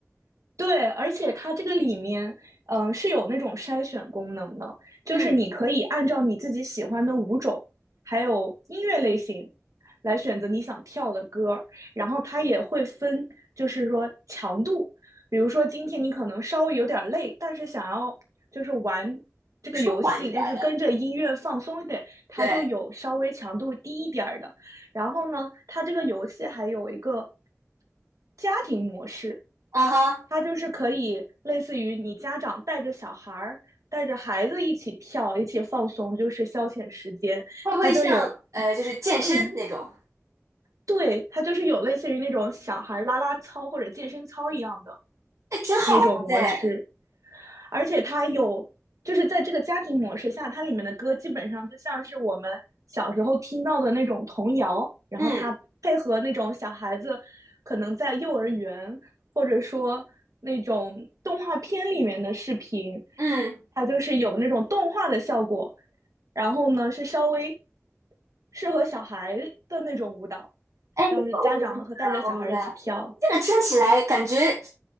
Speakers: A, on the right; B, on the right.
A: 对，而且它这个里面，嗯、是有那种筛选功能的，就是你可以按照你自己喜欢的舞种，
B: 嗯，
A: 还有音乐类型，来选择你想跳的歌儿，然后它也会分，就是说强度，比如说今天你可能稍微有点累，但是想要就是玩这个游戏，
B: 舒缓一点儿的，
A: 就是跟着音乐放松一点，它就有稍微强度低一点儿的，
B: 对，
A: 然后呢，它这个游戏还有一个家庭模式，
B: 啊哈，
A: 它就是可以类似于你家长带着小孩儿、带着孩子一起跳、一起放松，就是消遣时间。
B: 会不会像呃，
A: 它就有，
B: 就是健身那种？
A: 嗯，对，它就是有类似于那种小孩儿拉拉操或者健身操一样的。
B: 哎，挺好玩的哎，
A: 那种模式，而且它有，就是在这个家庭模式下，它里面的歌基本上就像是我们小时候听到的那种童谣，然后它配合那种小孩子可能在幼儿园或者说那种动画片里面的视频，
B: 嗯嗯。
A: 它就是有那种动画的效果，然后呢是稍微适合小孩的那种舞蹈，
B: 哎，
A: 像是家长和带着小孩一起跳。
B: 我我明白了，我明白了。这个听起来感觉